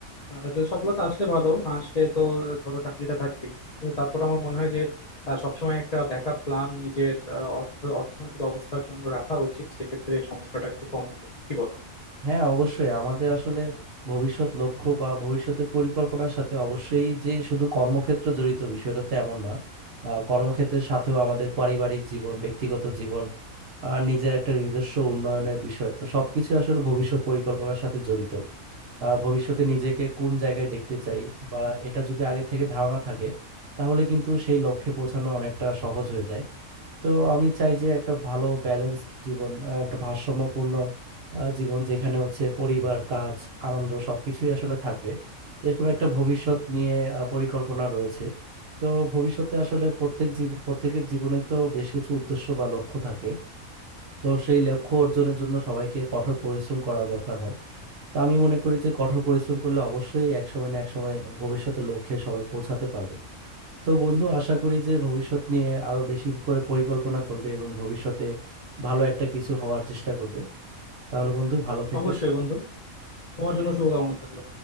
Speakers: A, on the left; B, on the right.
A: আহ, যদি সফলতা আসলে ভালো না আসলে তো ধরো চাকরিটা থাকবেই কিন্তু তারপর আমার মনে হয় যে আহ, সবসময় একটা ব্যাকআপ প্ল্যান নিজের আহ, অর্থ অর্থনৈতিক অবস্থার জন্য রাখা উচিত সেক্ষেত্রে সমস্যাটা একটু কম হবে কি বলো
B: হ্যাঁ অবশ্যই আমাদের আসলে ভবিষ্যৎ লক্ষ্য বা ভবিষ্যতের পরিকল্পনার সাথে অবশ্যই যে শুধু কর্মক্ষেত্র জড়িত বিষয়টা তো এমন না আহ, কর্মক্ষেত্রের সাথেও আমাদের পারিবারিক জীবন ব্যক্তিগত জীবন আর নিজের একটা নিজস্ব উন্নয়নের বিষয় তো সবকিছু আসলে ভবিষ্যৎ পরিকল্পনার সাথে জড়িত আহ, ভবিষ্যতে নিজেকে কোন জায়গায় দেখতে চাই বা এটা যদি আগে থেকে ধারণা থাকে তাহলে কিন্তু সেই লক্ষ্যে পৌঁছানো অনেকটা সহজ হয়ে যায় তো আমি চাই যে একটা ভালো ব্যালেন্সড জীবন আহ, একটা ভারসাম্যপূর্ণ আহ, জীবন যেখানে হচ্ছে পরিবার কাজ আনন্দ সবকিছুই আসলে থাকবে তো এরকম একটা ভবিষ্যৎ নিয়ে আহ, পরিকল্পনা রয়েছে তো ভবিষ্যতে আসলে প্রত্যেক জীব- প্রত্যেকের জীবনে তো বেশ কিছু উদ্দেশ্য বা লক্ষ্য থাকে তো সেই লক্ষ্য অর্জনের জন্য সবাইকে কঠোর পরিশ্রম করা দরকার হয় তো আমি মনে করি যে কঠোর পরিশ্রম করলে অবশ্যই এক সময় না এক সময় ভবিষ্যতে লক্ষ্যে সবাই পৌঁছাতে পারবে তো বন্ধু আশা করি যে ভবিষ্যৎ নিয়ে আরো বেশি করে পরিকল্পনা করবে এবং ভবিষ্যতে ভালো একটা কিছু হওয়ার চেষ্টা করবে তাহলে বন্ধু ভালো থেকো
A: অবশ্যই বন্ধু তোমার জন্য শুভকামনা থাকলো